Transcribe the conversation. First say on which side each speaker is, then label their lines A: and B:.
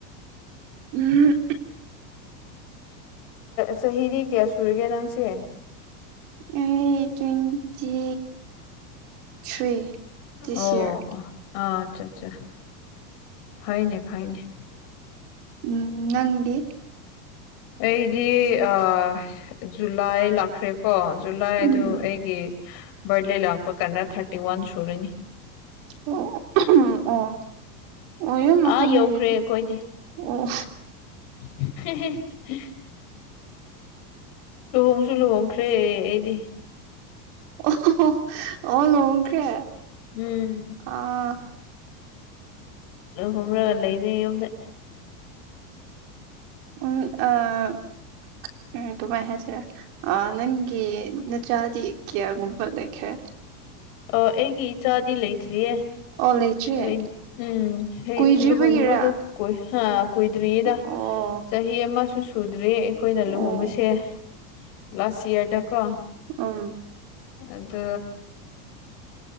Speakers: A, on the right (about 50°); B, on the left (about 50°).
A: ꯎꯝ
B: ꯆꯍꯤꯗꯤ ꯀꯌꯥ ꯁꯨꯔꯒꯦ ꯅꯪꯁꯦ
A: ꯑꯩ ꯇ꯭ꯋꯦꯟꯇꯤ ꯊ꯭ꯔꯤ ꯗꯤꯁ
B: ꯑꯣ ꯑꯣ
A: ꯌꯔ
B: ꯑꯥ ꯑꯠꯆꯥ ꯑꯠꯆꯥ ꯐꯩꯅꯦ ꯐꯩꯅꯦ
A: ꯎꯝ ꯅꯪꯗꯤ
B: ꯑꯩꯗꯤ ꯑꯥ ꯖꯨꯂꯥꯏ ꯂꯥꯛꯈ꯭ꯔꯦꯀꯣ ꯖꯨꯂꯥꯏ
A: ꯎꯝ
B: ꯑꯗꯨ ꯑꯩꯒꯤ ꯕꯥꯔꯗꯦ ꯂꯥꯛꯄ ꯀꯥꯟꯗ ꯊꯥꯔꯇꯤ ꯋꯥꯟ ꯁꯨꯔꯅꯤ
A: ꯑꯣ ꯑꯣ ꯑꯣ ꯌꯥꯝ ꯑꯍꯥꯟꯅꯤꯅꯦ
B: ꯑꯥ ꯌꯧꯈ꯭ꯔꯦ
A: ꯑꯗꯨꯗꯤ
B: ꯑꯩꯈꯣꯏꯗꯤ
A: ꯑꯣ
B: <unintelligible> ꯂꯨꯍꯣꯡꯁꯨ ꯂꯨꯍꯣꯡꯈ꯭ꯔꯦ ꯑꯩꯗꯤ
A: ꯑꯣ ꯑꯣ ꯂꯨꯍꯣꯡꯈ꯭ꯔꯦ
B: ꯎꯝ
A: ꯑꯥ
B: ꯂꯨꯍꯣꯡꯂꯒ ꯂꯩꯔꯦ ꯌꯨꯝꯗ
A: ꯎꯝ ꯑꯥ ꯎꯝ ꯑꯗꯨꯃꯥꯢ ꯍꯥꯏꯁꯤꯔꯥ ꯑꯥ ꯅꯪꯒꯤ ꯅꯆꯥꯥꯗꯤ ꯀꯌꯥꯒꯨꯝꯕ ꯂꯩꯈ꯭ꯔꯦ
B: ꯑꯣ ꯑꯩꯒꯤ ꯏꯆꯥꯗꯤ ꯂꯩꯇ꯭ꯔꯤꯌꯦ
A: ꯑꯣ ꯂꯩꯇ꯭ꯔꯤ
B: ꯑꯩ ꯎꯝ ꯍꯦꯛ
A: ꯀꯨꯏꯗ꯭ꯔꯤꯕꯒꯤꯔꯥ
B: ꯂꯨꯍꯣꯡꯕꯗꯨ ꯀꯨꯏ ꯍꯥ ꯀꯨꯏꯗ꯭ꯔꯤꯌꯦꯗ
A: ꯑꯣ
B: ꯆꯍꯤ ꯑꯃꯁꯨ ꯁꯨꯗ꯭ꯔꯤ ꯑꯩꯈꯣꯏꯅ
A: ꯑꯣ
B: ꯂꯨꯍꯣꯡꯕꯁꯦ ꯂꯥꯁ ꯏꯌꯥꯔꯗꯀꯣ
A: ꯎꯝ
B: ꯑꯗꯨ